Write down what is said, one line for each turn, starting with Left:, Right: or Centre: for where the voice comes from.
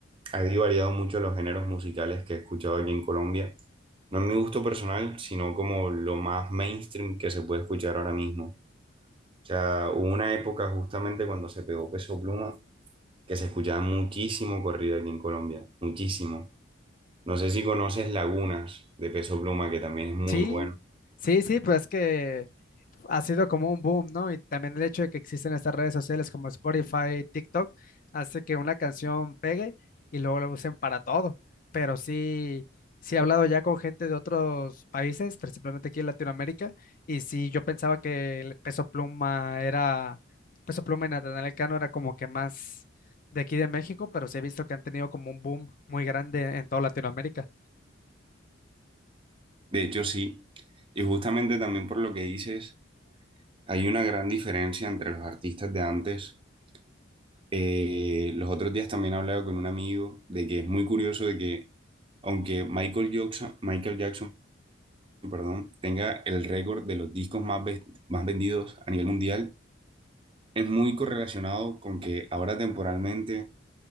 Right: ha variado mucho los géneros musicales que he escuchado aquí en Colombia. No en mi gusto personal, sino como lo más mainstream que se puede escuchar ahora mismo. O sea, hubo una época justamente cuando se pegó Peso Pluma que se escuchaba muchísimo corrido aquí en Colombia, muchísimo. No sé si conoces Lagunas de Peso Pluma, que también es muy
Left: Sí,
Right: bueno.
Left: sí, sí, pues es que ha sido como un boom, ¿no? Y también el hecho de que existen estas redes sociales como Spotify, TikTok, hace que una canción pegue y luego la usen para todo. Pero sí, sí he hablado ya con gente de otros países, principalmente aquí en Latinoamérica, y sí yo pensaba que el Peso Pluma era, Peso Pluma y Natanael Cano era como que más de aquí de México, pero sí he visto que han tenido como un boom muy grande en toda Latinoamérica.
Right: De hecho, sí. Y justamente también por lo que dices, hay una gran diferencia entre los artistas de antes. Eh, los otros días también hablaba con un amigo de que es muy curioso de que, aunque Michael Jackson, Michael Jackson, perdón, tenga el récord de los discos más, ve- más vendidos a nivel mundial, es muy correlacionado con que ahora temporalmente